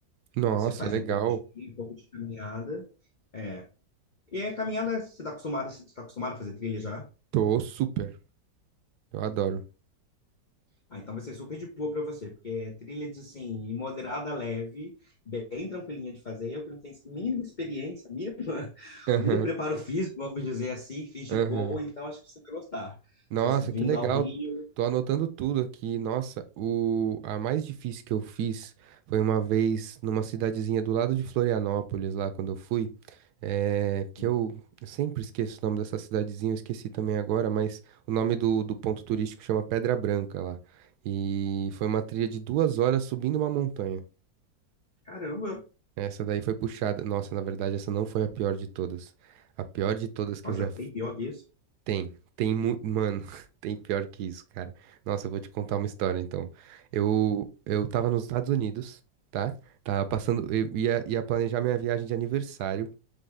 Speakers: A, on the right; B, on the left.
A: Nossa,
B: Você faz
A: legal.
B: um pouco de trilha, um pouco de caminhada. É. E a caminhada, você está acostumado, você está acostumado a fazer trilha já?
A: Tô super. Eu adoro.
B: Ah, então vai ser super de boa para você, porque é trilha de, assim, moderada, leve, bem tranquilinha de fazer. Eu que não tenho mínima experiência, mínima, <laughs>
A: Aham,
B: o mínimo preparo físico, vamos dizer assim, fiz de
A: aham.
B: boa, então acho que você vai gostar.
A: Nossa,
B: Se você vindo
A: que legal.
B: ao Rio,
A: Tô anotando tudo aqui. Nossa, o a mais difícil que eu fiz foi uma vez numa cidadezinha do lado de Florianópolis, lá quando eu fui, eh, que
B: hum,
A: eu sempre esqueço o nome dessa cidadezinha, eu esqueci também agora, mas o nome do, do ponto turístico chama Pedra Branca lá. E foi uma trilha de duas horas subindo uma montanha.
B: caramba,
A: Essa daí foi puxada. Nossa, na verdade, essa não foi a pior de todas. A pior de todas que
B: nossa,
A: eu já
B: tem pior que isso?
A: tem, tem, mu- mano, <laughs> tem pior que isso, cara. Nossa, eu vou te contar uma história, então. Eu, eu tava nos Estados Unidos, tá? Tava passando, eu ia, ia planejar minha viagem de aniversário